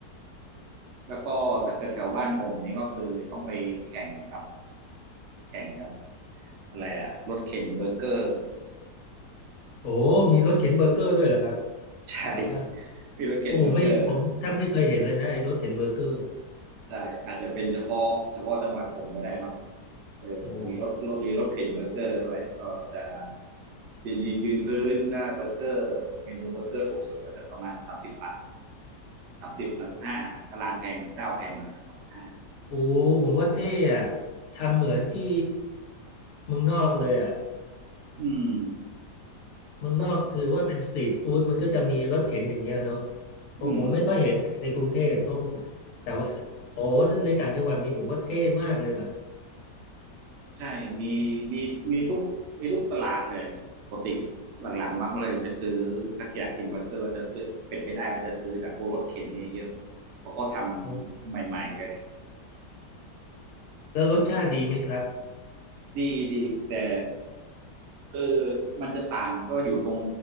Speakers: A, on the right; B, on the left.
A: แล้วก็ถ้าเกิดแถวบ้านผมนี่ก็คือต้องไปแข่งกับแข่งกับอะไรอะรถเข็นเบอร์เกอร์
B: โอ้มีรถเข็นเบอร์เกอร์ด้วยเหรอครับ
A: ใช่
B: แถวบ้าน
A: <laughs> มีรถเข็นเบอร์เกอร์
B: โอ้ผมไม่ผมถ้าไม่เคยเห็นเลยนะไอ้รถเข็นเบอร์เกอร์
A: ใช่อาจจะเป็นเฉพาะเฉพาะจังหวัดผมไม่ได้เนาะ เออจะมีรถรถจะมีรถเข็นเบอร์เกอร์ด้วยก็จะ
B: โอ้
A: ยืนยืนยืนพื้นถ้าเบอร์เกอร์เมนูเบอร์เกอร์ถูกสุดก็จะประมาณสามสิบบาทสามสิบสามสิบห้าถ้าร้านแพงเจ้าแพงหน่อยก็สาเสิบห้า
B: โอ้ผมว่าเท่อะทำเหมือนที่เมืองนอกเลยอะ
A: อืม
B: เมืองนอกถือว่าเป็นสตรีทฟู้ดมันก็จะมีรถเข็นอย่างเงี้ยเนาะ
A: ก็
B: เพราะผมไม่ค่อยเห็นในกรุงเทพเพราะ
A: อืม
B: แต่ว่าโอ้ในต่างจังหวัดมีผมว่าเท่มากเลยว่ะ
A: ใช่มีมีมีทุกมีทุกตลาดเลยปกติหลังๆมักเลยจะซื้อถ้าอยากกินเบอร์เกอร์ก็จะซื้อเป็นไปได้ก็จะซื้อจากพวกรถเข็นเนี่ยเยอะเพราะเขาทำใหม่ๆเลย
B: อืมแล้วรสชาติดีไหมครับ
A: ดีดีแต่คือมันจะต่างก็อยู่ตรง